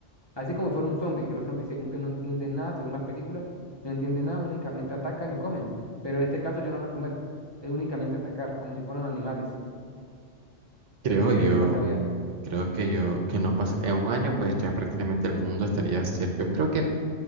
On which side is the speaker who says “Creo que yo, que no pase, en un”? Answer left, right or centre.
Right